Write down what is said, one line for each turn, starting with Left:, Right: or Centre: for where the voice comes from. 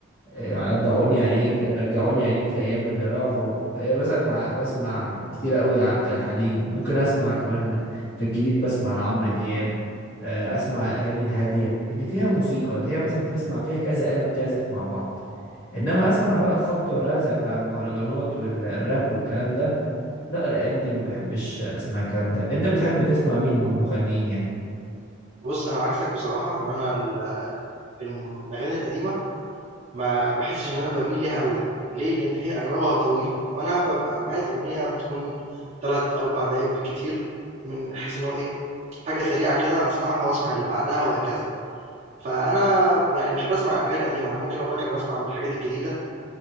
Left: إيه، رجعوني عينيك رجعوني عينيك لأيام اللي راحوا إيه، مثلا ع- بسمع كتير قوي لعبد الحليم ممكن أسمع كمان في الجديد بسمع لعمرو دياب آه، أسمع أغاني الهادية اللي فيها موسيقى اللي هي مثلا بتسمع فيها كذا آلة بتعزف مع بعض إنما أسمع بقى خبط ورزع بتاع المهرجانات والراب والكلام ده لا الأيام دي ما بحبش أسمع الكلام ده أنت بتحب تسمع مين من المغنيين يعني
Right: بُص أنا عكسك بصراحة إن أنا ال الم الأغاني القديمة ما باحسش إن أنا باميل ليها أوي، ليه؟ لإن هي أغلبها طويل، وأنا بابقى ب عايز أغنية تكون 3، 4 دقايق بالكتير، من حيث إن هو إيه، حاجة سريعة كده أسمعها وأسمع اللي بعدها وهكذا، فأنا يعني مش باسمع أغاني قديمة، أنا ممكن أقول لك أنا باسمع من الحاجات الجديدة